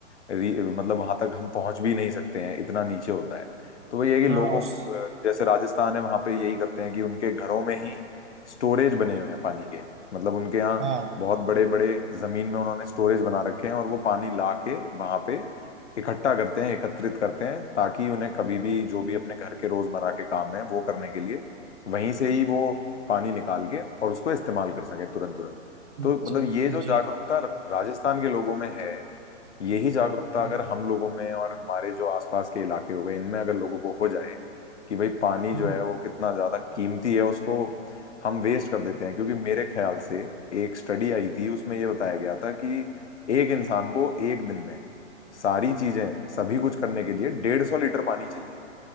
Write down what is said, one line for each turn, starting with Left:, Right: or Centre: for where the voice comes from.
Left: री- मतलब वहां तक हम पहुंच भी नहीं सकते हैं इतना नीचे होता है तो वही है कि लोगों
Right: हाँ उस
Left: को- जैसे राजस्थान है वहां पे यही करते हैं कि उनके घरों में ही स्टोरेज बने हुए हैं पानी के मतलब उनके यहाँ
Right: हाँ
Left: बहुत बड़े बड़े जमीन में उन्होंने स्टोरेज बना रखे हैं और वो पानी ला के वहां पे इकट्ठा करते हैं एकत्रित करते हैं ताकि उन्हें कभी भी जो भी अपने घर के रोजमर्रा के काम है वो करने के लिए वहीं से ही वो पानी निकाल के और उसको इस्तेमाल कर सके तुरंत तुरंत
Right: जी
Left: तो मतलब
Right: जी
Left: ये जो
Right: जी,
Left: जागरूकता राजस्थान के लोगों में है यही जागरूकता
Right: हम्म,
Left: अगर हम लोगों में और हमारे जो आसपास के इलाके हो गए इनमें अगर लोगों को हो जाए कि भाई पानी जो
Right: हम्म,
Left: है वो कितना ज्यादा कीमती है उसको हम वेस्ट कर देते हैं क्योंकि मेरे ख्याल से एक स्टडी आई थी उसमें ये बताया गया था कि एक इंसान को एक दिन में सारी चीजें सभी कुछ करने के लिए डेढ़ सौ लीटर पानी चाहिए